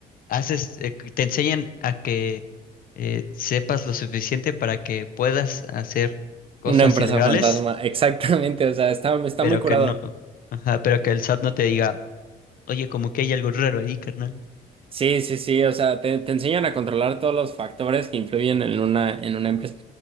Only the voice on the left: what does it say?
haces, eh, te enseñan a que eh, sepas lo suficiente para que puedas hacer cosas
ilegales,
pero
que no, ajá, pero que el SAT no te diga, oye, como que hay algo raro ahí, carnal.